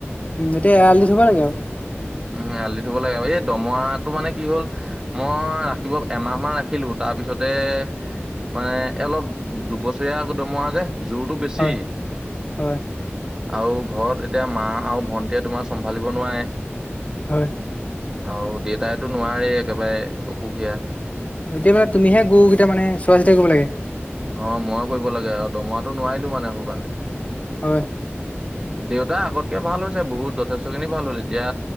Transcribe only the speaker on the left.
উম এতিয়া এৰালি দি থ'ব লাগে আও
হয় হয়
হয়
এতিয়া মানে তুমিহে গৰুকেইটা মানে চোৱা চিতা কৰিব লাগে?
হয়